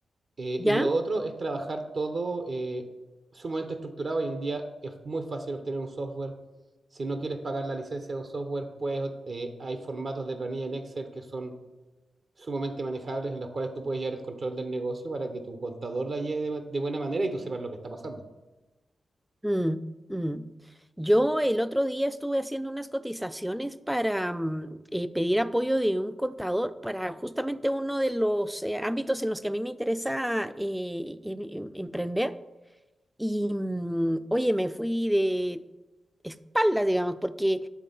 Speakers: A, on the right; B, in the centre.
A: Eh,
B: ¿ya?
A: y lo otro es trabajar todo eh, sumamente estructurado. Hoy en día es muy fácil obtener un software. Si no quieres pagar la licencia de un software, pues eh, hay formatos de planilla en Excel que son sumamente manejables en los cuales tú puedes llevar el control del negocio para que tu contador la lleve de, bu- de buena manera y tú sepas lo que está pasando.
B: Mm, mm. Yo el otro día estuve haciendo unas cotizaciones para mm, eh, pedir apoyo de un contador para justamente uno de los eh, ámbitos en los que a mí me interesa eh, em- em- emprender. Y mm, oye, me fui de espaldas, digamos, porque